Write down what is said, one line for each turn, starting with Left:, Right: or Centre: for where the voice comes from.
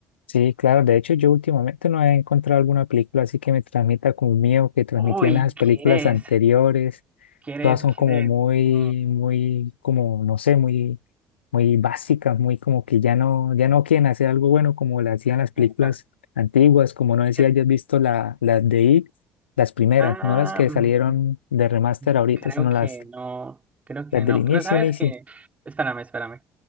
Left: Sí, claro, de hecho yo últimamente no he encontrado alguna película así que me transmita como miedo que transmitían
Right: Uy,
Left: esas películas
Right: ¿quieres?
Left: anteriores.
Right: ¿Quieres?
Left: Todas son
Right: ¿Quieres?
Left: como muy,
Right: Eh,
Left: muy, como, no sé, muy, muy básicas, muy como que ya no, ya no quieren hacer algo bueno como lo hacían las películas
Right: esta.
Left: antiguas, como no decía,
Right: Eh,
Left: hayas visto la, las de It, las primeras,
Right: ah,
Left: no las que
Right: mm,
Left: salieron de remaster ahorita,
Right: creo
Left: sino
Right: que
Left: las,
Right: no, creo que
Left: las
Right: no.
Left: del inicio,
Right: Pero sabes
Left: inicio.
Right: que, espérame, espérame.